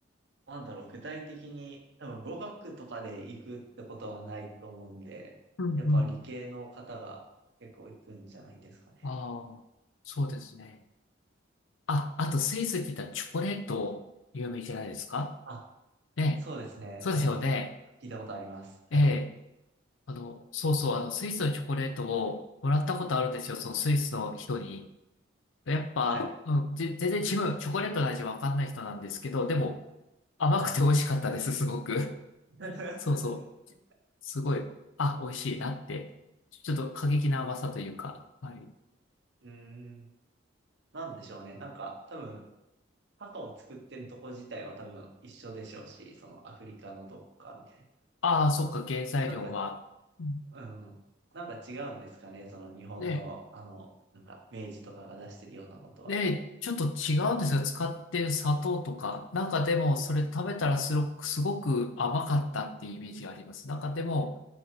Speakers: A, on the right; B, on the left.
A: なんだろう、具体的に、多分語学とかで行くってことはないと思うんで、
B: うんうん。
A: やっぱ理系の方が結構行くんじゃないんですかね。
B: ああ、そうですね。あ、あとスイスって言ったらチョコレート有名じゃないですか
A: あ、
B: ね、
A: そうですね。
B: そうですよね。
A: あの、聞いたことあります。はい。
B: ええ、あの、そうそう、あの、スイスのチョコレートをもらったことあるんですよ、そのスイスの人に。やっぱ、
A: はい。
B: うん、ぜ、全然自分、チョコレートの味わかんない人なんですけど、でも、甘くて美味しかったです、
A: はい。
B: すごく。
A: <laughs>
B: そうそう、すごい、あ、美味しいなって。ちょっと過激な甘さというか、はい。
A: うーん。なんでしょうね。なんか、多分、パカを作ってるとこ自体は多分一緒でしょうし、そのアフリカのどっかみたい
B: ああ、そっか、原材料は。
A: な。なんか、
B: うん
A: うん。なんか違うんですかね。その日本の、
B: ね
A: あの、なんか、明治とかが出してるようなのとは。
B: で、ちょっと違うんですが、使ってる砂糖とか、なんかでも、それ食べたらすごく、すごく甘かったっていうイメージがあります。なんかでも、